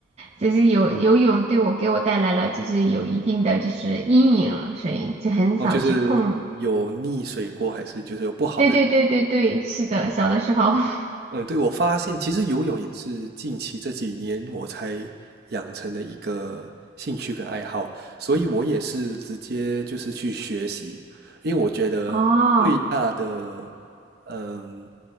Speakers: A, on the right (about 35°); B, on the right (about 55°).
A: 就是游游泳对我给我带来了就是有一定的就是阴影了，所以就很少去碰。
B: 哦，就是有溺水过，还是就是有不好的？
A: 对对对对对，是的，小的时候。<laughs>
B: 嗯，对，我发现其实游泳也是近期这几年我才养成的一个兴趣跟爱好，所以我也是直接就是去学习，因为我觉得最大的，
A: 哦
B: 嗯，